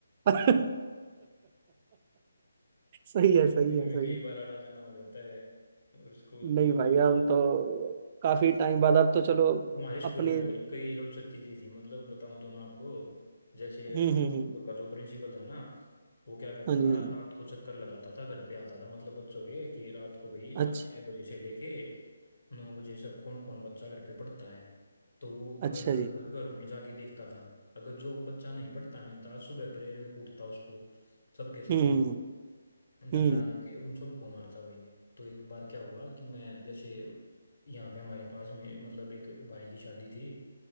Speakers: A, on the right (about 30°); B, on the left (about 70°).
A: <laughs> सही
B: मेरा
A: है सही
B: तो दिन
A: है
B: में
A: सही
B: कई
A: है।
B: बार आना जाना हो जाता है और स्कूल
A: नहीं
B: भी मतलब
A: भाई हम तो काफी टाइम बाद अब तो चलो
B: हमारे स्कूल
A: अपने
B: में भाई कई रोचक चीजें थी मतलब बताऊं तो मैं आपको जैसे
A: हम्म
B: हमारे
A: हम्म
B: स्कूल का जो प्रिंसिपल था ना वो क्या करता
A: हम्म हाँ जी
B: रात को चक्कर लगाता था घर पे आता था मतलब बच्चों के कि रात को भाई
A: हाँ
B: सा-
A: जी
B: छह
A: अच्छा
B: बजे से लेके नौ बजे तक कौन कौन बच्चा घर पे पढ़ता है तो वो घर
A: अच्छा
B: घर
A: जी
B: घर घर में जाके देखता था अगर जो बच्चा नहीं पढ़ता मिलता सुबह प्रेयर में कूटता उसको सबके सामने
A: हम्म
B: डंडा
A: हम्म
B: लेके उन सबको मारता भाई तो एक बार क्या हुआ कि मैं जैसे यहाँ पे हमारे पास में मतलब एक भाई की शादी थी